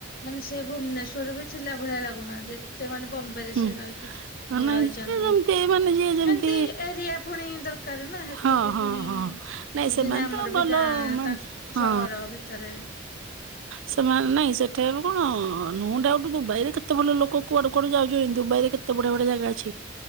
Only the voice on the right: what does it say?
ହୁଁ
ହଁ
ନାଇଁ
ସେ ଯେମିତି ମାନେ ଯିଏ ଯେମିତି
ହଁ ହଁ
ହଁ ନାଇଁ
ସେମାନେ
ତ ଭଲ
ମାନେ
ହଁ
ସେମାନେ ନାଇଁ ସେ ଟେବ୍ କଣ ନୋଡାଉଟ୍ ଦୁବାଇରେ କେତେ ଭଲ ଲୋକ କୁଆଡୁ-କୁଆଡୁ ଯାଉଚନ୍ତି ଦୁବାଇରେ କେତେ ବଢିଆ-ବଢିଆ ଜାଗା ଅଛି।